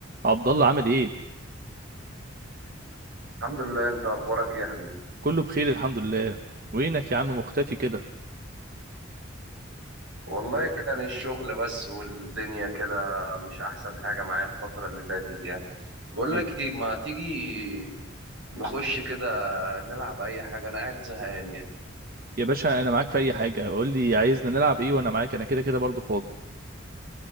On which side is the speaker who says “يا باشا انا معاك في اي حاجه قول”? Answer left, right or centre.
Right